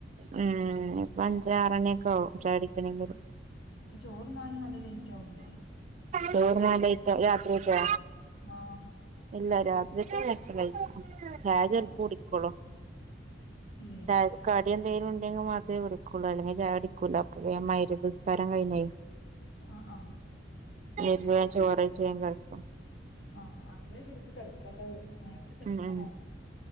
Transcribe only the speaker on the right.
ഉം ഇപ്പ അഞ്ച് ആറ് മണിയൊക്കെ ആകും ചായകുടിക്കാണെങ്കിൽ
ചോറ് ഉണ്ണാൻ ലേറ്റ് ആ രാത്രിയൊത്തെ
ഇല്ല രാത്രിയൊത്തെ ഒരു എട്ടുമണി ചായ ചിലപ്പം
കുടിക്കോളൂ
ചായ കടി എന്തെങ്കിലും ഉണ്ടെങ്കിൽ മാ കുടിക്കൂള്ള അല്ലെങ്കിൽ ചായ കുടിക്കുല അപ്പ മഗ്‌രിബ് നിസ്കാരം കഴിഞ്ഞു
വേഗം ചോറ് കഴിച്ചങ്ങ് കെടക്കും
ഉം ഉം